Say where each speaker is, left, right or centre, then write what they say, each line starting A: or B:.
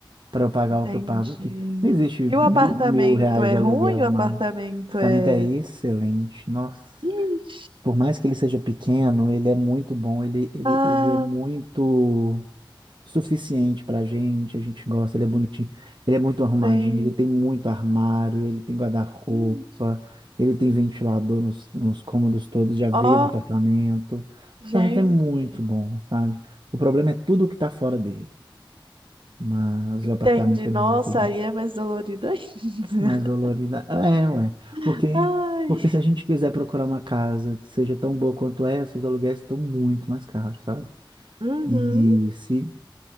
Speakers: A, on the right (about 60°); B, on the right (about 75°).
A: para eu pagar
B: entendi.
A: o que eu pago aqui. Não existe
B: E
A: mil,
B: o apartamento
A: mil reais
B: é
A: de
B: ruim?
A: aluguel,
B: O apartamento
A: mas o apartamento
B: é.
A: é excelente. Nossa,
B: Ixi,
A: por mais que ele seja pequeno, ele é muito bom. Ele, ele,
B: ah,
A: ele é muito suficiente pra gente, a gente gosta, ele é bonitinho, ele é muito arrumadinho,
B: entendi.
A: ele tem muito armário, ele tem guarda-roupa,
B: Ixi,
A: ele tem ventilador nos, nos cômodos todos, já veio
B: Ó,
A: no apartamento. O apartamento
B: gente.
A: é muito bom, sabe? O problema é tudo que tá fora dele, mas
B: Entendi.
A: o apartamento é
B: Nossa,
A: muito bom.
B: aí é mais dolorido ainda.
A: Mais dolorida. É, ué.
B: <laughs>
A: Porque,
B: Ai.
A: porque se a gente quiser procurar uma casa que seja tão boa quanto essa, os aluguéis estão muito mais caros, sabe?
B: Uhum,
A: E se